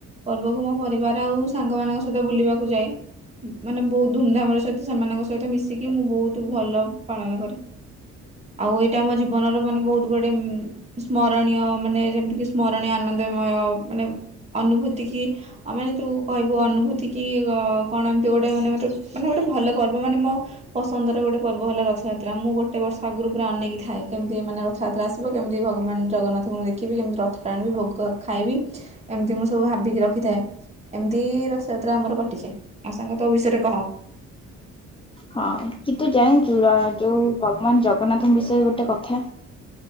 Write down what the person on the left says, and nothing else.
ହଁ କିନ୍ତୁ ଯାାଇ ଯୋଉ ଯୋଉ ଭଗବାନ ଜଗନ୍ନାଥଙ୍କ ବିଷୟରେ ଗୋଟେ କଥା